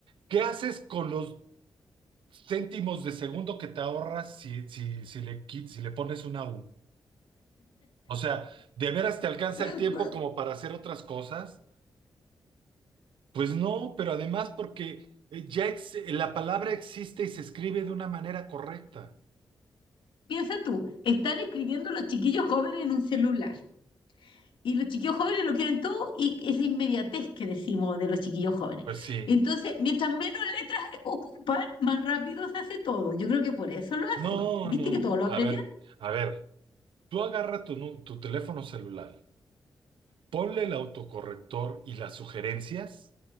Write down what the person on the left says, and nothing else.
<laughs>
Piensa tú, están escribiendo los chiquillos jóvenes en un celular y los chiquillos jóvenes lo quieren todo y esa inmediatez que decimos de los chiquillos jóvenes.
Entonces, mientras menos letras ocupan, más rápido se hace todo. Yo creo que por eso lo hacen.
¿Viste
que todo lo
abrevian?